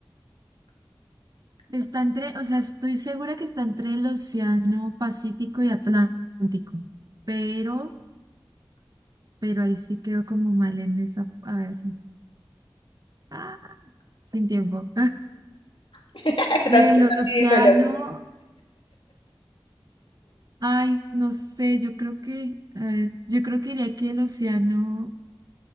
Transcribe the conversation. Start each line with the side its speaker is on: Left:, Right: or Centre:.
Right: está entre, o sea, estoy segura que está entre el Océano Pacífico y Atlántico, pero... pero ahí sí quedó como mal en esa. A ver, ah, sin tiempo. <laughs>
Left: <laughs> ¿Qué
Right: El
Left: tal? ¿Qué
Right: océano,
Left: tal mi reloj?
Right: ay, no sé, yo creo que, a ver, yo creo que diría que el océano,